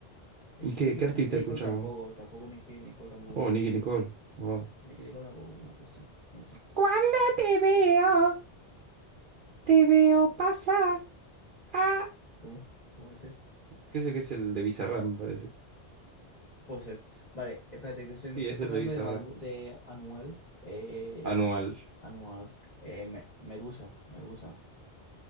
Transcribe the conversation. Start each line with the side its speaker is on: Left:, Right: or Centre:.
Left: Es
Right: ¿Y
Left: que
Right: qué,
Left: Nicki,
Right: qué artista
Left: Nicki Nicole
Right: escuchas
Left: tampoco,
Right: vos?
Left: tampoco Nicki Nicole tampoco
Right: Oh,
Left: me gusta.
Right: Nicky Nicole. Wow.
Left: Nicki Nicole tampoco me gusta mucho.
Right: Cuando te veo, te veo pasar. Ah,
Left: ¿Cómo? ¿Cómo dices?
Right: ¿Qué es el que es el de Bizarrap, me parece?
Left: Puede ser. Vale, espérate, que estoy, me
Right: Sí,
Left: estoy
Right: es
Left: acordando
Right: el de Bizarrap.
Left: de, Bad Bu- de Anuel. eh,
Right: Anual.
Left: anual. Eh, me- Medusa, Medusa.